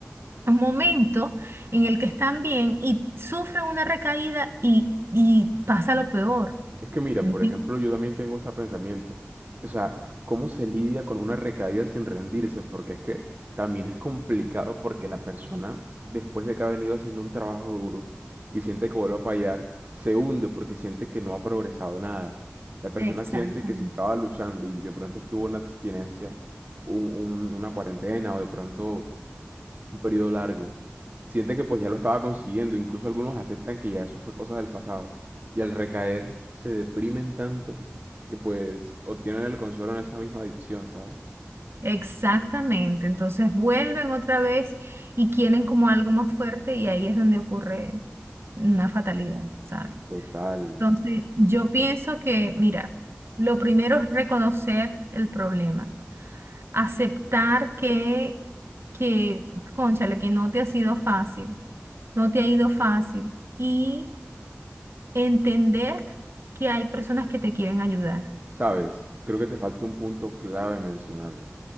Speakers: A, on the right; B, on the right.
A: un momento en el que están bien y sufren una recaída y, y pasa lo peor.
B: Es que mira,
A: ¿Entiendes?
B: por ejemplo, yo también tengo ese pensamiento. O sea, ¿cómo se lidia con una recaída sin rendirse? Porque es que también es complicado porque la persona, después de que ha venido haciendo un trabajo duro y siente que vuelve a fallar, se hunde porque siente que no ha progresado nada. La persona
A: Exacto.
B: siente que si estaba luchando y de pronto estuvo una abstinencia, un- un- una cuarentena o de pronto un periodo largo. Siente que pues ya lo estaba consiguiendo, incluso algunos aceptan que ya eso fue cosa del pasado. Y al recaer se deprimen tanto que pues obtienen el consuelo en esa misma adicción, ¿sabes?
A: Exactamente, entonces vuelven otra vez y quieren como algo más fuerte y ahí es donde ocurre una fatalidad, ¿sabes?
B: Total.
A: Entonces, yo pienso que, mira, lo primero es reconocer el problema, aceptar que, que, cónchale, que no te ha sido fácil, no te ha ido fácil y entender que hay personas que te quieren ayudar.
B: ¿Sabes? Creo que te falta un punto clave mencionarlo.